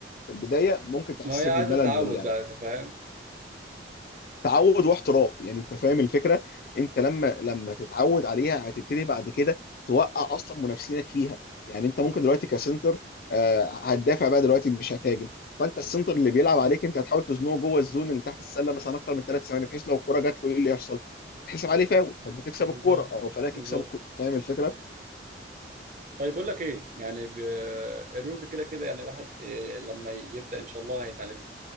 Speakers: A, on the left; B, on the right.
A: في البدايه ممكن تحسسك
B: ما هي عايزة
A: بالملل
B: تعود
A: من اللعبه
B: بقى أنت فاهم؟
A: تعود واحتراف يعني انت فاهم الفكره انت لما لما تتعود عليها هتبتدي بعد كده توقع اصلا منافسينك فيها يعني انت ممكن دلوقتي كسنتر آه، هتدافع بقى دلوقتي مش هتهاجم فانت السنتر اللي بيلعب عليك انت هتحاول تزنقه جوه الزون اللي تحت السله مثلا اكتر من ثلاث ثواني بحيث لو الكره جات له ايه اللي يحصل تحسب عليه فاول فانت تكسب
B: بالظبط
A: الكره او فلاك
B: بالظبط
A: يكسب الكرة. فاهم الفكره؟
B: طيب بقول لك إيه يعني ب... الرولز كده كده يعني الواحد إيه لما يبدأ إن شاء الله هيتعلمها